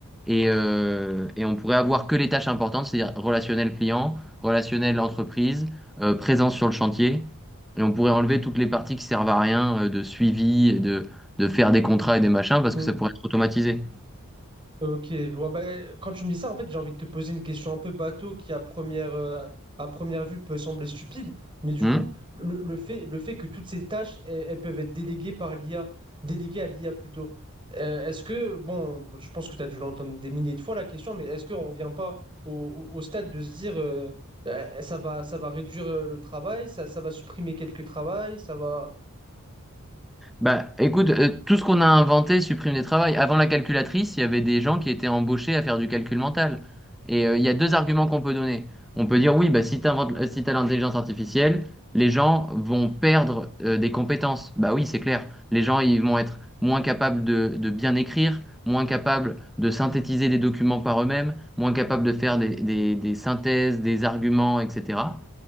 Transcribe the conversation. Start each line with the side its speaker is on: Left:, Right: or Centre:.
Centre: et, euh, et on pourrait avoir que les tâches importantes, c'est-à-dire relationnel client relationnel entreprise, euh, présence sur le chantier. Et on pourrait enlever toutes les parties qui servent à rien euh, de suivi et de, de faire des contrats et des machins parce
Right: Mm.
Centre: que ça pourrait être automatisé.
Right: Ok, je vois. Bah, quand tu me dis ça, en fait, j'ai envie de te poser une question un peu bateau qui, à première, euh, à première vue, peut sembler stupide. Mais du
Centre: Hmm
Right: coup, le, le fait, le fait que toutes ces tâches, elles, elles peuvent être déléguées par l'IA, déléguées à l'IA plutôt. Euh, est-ce que, bon, je pense que tu as dû l'entendre des milliers de fois la question, mais est-ce qu'on ne revient pas au, au- au stade de se dire euh, euh, ça va, ça va réduire euh, le travail, ça, ça va supprimer quelques travails, ça va.
Centre: Bah, écoute, euh, tout ce qu'on a inventé supprime des travails. Avant la calculatrice, il y avait des gens qui étaient embauchés à faire du calcul mental. Et euh, il y a deux arguments qu'on peut donner. On peut dire, oui, bah, si t'inventes- euh, si t'as l'intelligence artificielle, les gens vont perdre euh, des compétences. Bah oui, c'est clair. Les gens, ils vont être moins capables de, de bien écrire, moins capables de synthétiser des documents par eux-mêmes, moins capables de faire des, des des synthèses, des arguments, etc.